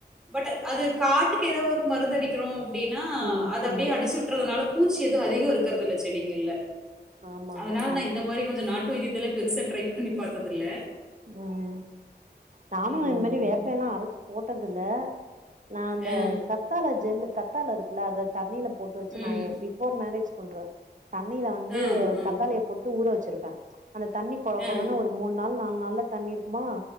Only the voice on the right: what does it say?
ம்
ம்
ஆமா
ஆமா ம்
ம் நானு
இந்தமெரி வேப்பஎல்லா அரச்சு போட்டதில்ல நா அந்த
கத்தாள ஜெல் கத்தாள இருக்குல்ல அத தண்ணில போட்டு வச்சு
நா எம் பி பஃபோர் மேரஜ் சொல்றெ தண்ணில வந்து
கத்தாழைய போட்டு ஊற வச்சுருப்பே அந்த தண்ணிக் கு கொழ
கொழன்னு ஒரு மூண் நாள் நால் நாள்ல தண்ணி இருக்குமா